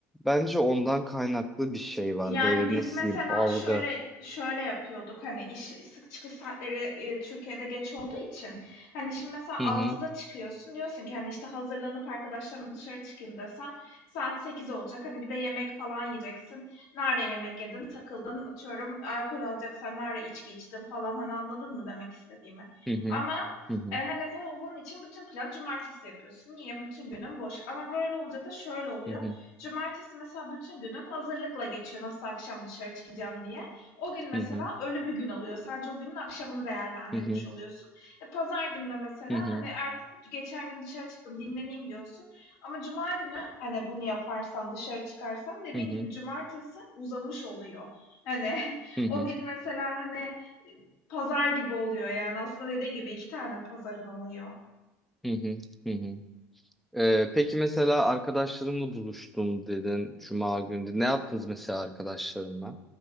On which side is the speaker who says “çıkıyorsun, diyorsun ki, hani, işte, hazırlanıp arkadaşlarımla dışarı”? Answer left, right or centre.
Left